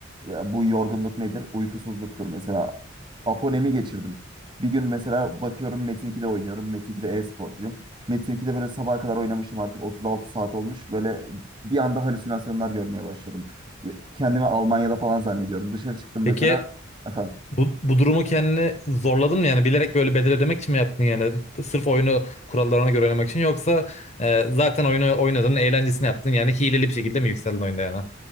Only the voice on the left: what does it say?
Peki
Bu, bu durumu kendini zorladın mı yani bilerek böyle bedel ödemek için mi yaptın yani sırf oyunu kurallarına göre oynamak için yoksa e, zaten oyunu oynadın eğlencesini yaptın yani hileli bir şekilde mi yükseldin oyunda yani?